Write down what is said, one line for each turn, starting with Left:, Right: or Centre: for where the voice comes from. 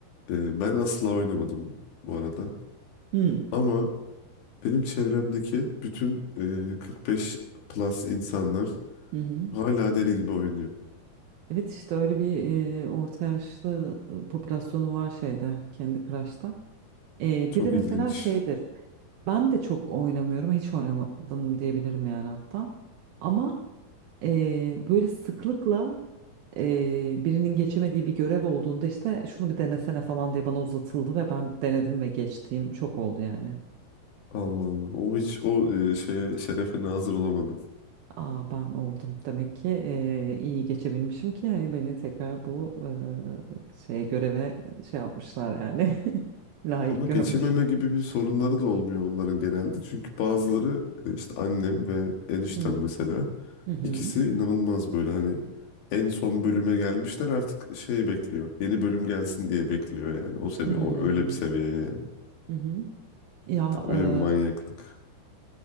Left: Ee, ben asla oynamadım bu arada.
Right: Hmm.
Left: Ama benim çevremdeki bütün ee, 45 plus insanlar
Right: Hı hı.
Left: hala deli gibi oynuyor.
Right: Evet işte öyle bir e, orta yaşlı e, popülasyonu var şeyde kendi Crush'ta. E,
Left: Çok
Right: bir de mesela
Left: ilginç.
Right: şeydir. Ben de çok oynamıyorum. Hiç oynamadım diyebilirim yani hatta. Ama e, böyle sıklıkla e, birinin geçemediği bir görev olduğunda işte şunu bir denesene falan diye bana uzatıldı ve ben denedim ve geçtiğim çok oldu yani.
Left: Allah Allah. O hiç o e, şeye şerefe nazır olamadım.
Right: Aa ben oldum. Demek ki eee, iyi geçebilmişim ki hani beni tekrar bu eee, şey göreve şey yapmışlar yani. <laughs> Layık
Left: Ama
Right: görmüşler.
Left: geçememe gibi bir sorunları da olmuyor onların genelde. Çünkü bazıları e, işte annem ve eniştem
Right: Hmm,
Left: mesela
Right: Hı hı.
Left: ikisi inanılmaz böyle hani en son bölüme gelmişler artık şey bekliyor. Yeni bölüm gelsin diye bekliyor yani. O seviye
Right: hmm,
Left: o öyle bir seviye yani.
Right: Hı hı. Ya
Left: Daha öyle
Right: eee,
Left: bir manyaklık.